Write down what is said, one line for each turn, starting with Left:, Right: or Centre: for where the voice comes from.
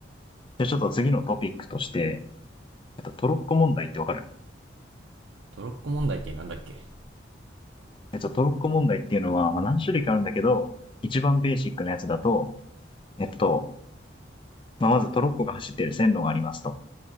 Left: じゃあちょっと次のトピックとして、えっと、トロッコ問題ってわかる
Right: トロッコ問題ってなんだっけ
Left: えっと、トロッコ問題っていうのは、まあ、何種類かあるんだけど、一番ベーシックなやつだと、えっと、まあ、まずトロッコが走ってる線路がありますと。